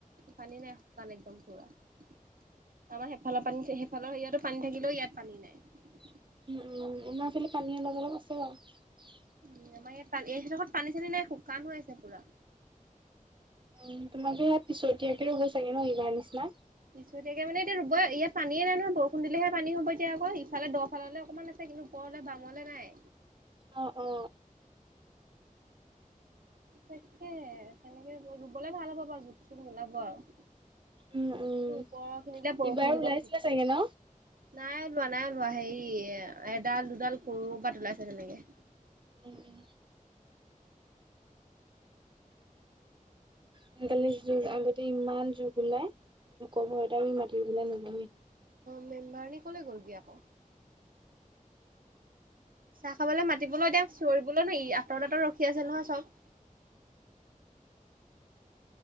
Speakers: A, on the right; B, on the right.
A: পানী নাই শুকান একদম পুৰা। আমাৰ সেইফালৰ পানী সেইফালৰ সয়াতো পানী থাকিলেও ইয়াত পানী নাই।
B: উ, উ, আমাৰ ফালে পানী অলপ অলপ আছে বাৰু।
A: উম আমাৰ ইয়াত এইদখৰত পানী চানী নাই খুব শুকাণ হৈ আছে পুৰা।
B: উ তোমালোকৰ ইয়াত পিছতীয়াকে ৰুব চাগে ন' সিবাৰ নিচিনা।
A: পিছতিয়াকে মানে এতিয়া ইয়াত ৰুবই ইয়াত পানীয়ে নাই নহয় বৰষুণ‌ দিলেহে পানী হ'ব এতিয়া আকৌ, ইফাল দ'ফাললে অকমান আছে কিন্তু উপৰলৈ বামলে নাই।
B: অ', অ'।
A: তাকে তেনেকে ৰুবলে ভাল হ'ব বাৰু জোক চোক নোলাব আৰু।
B: উম উম,
A: ওপৰৰ খিনিলে বৰষুণ
B: ইবাৰ
A: দিব
B: ওলাইছিলে
A: লাগিব।
B: চাগে ন'।
A: নাই ওলোৱা নাই ওলোৱা, হেৰি এডাল দুডাল ক'ৰবাত ওলাইছে তেনেকে।
B: উম উ। আজি কালি জোক আগতে ইমান জোক ওলাই জোকৰ ভয়তে আমি মাতিৰুবলে নাযাওঁ।
A: মেমবাৰণী ক'লৈ গ'লগে আকৌ। চাহ খাবলৈ মাতিবলৈ এতিয়া চিঞৰিবলৈ ন ই আঁতৰ আতৰ ৰখি আছে নহয় চব।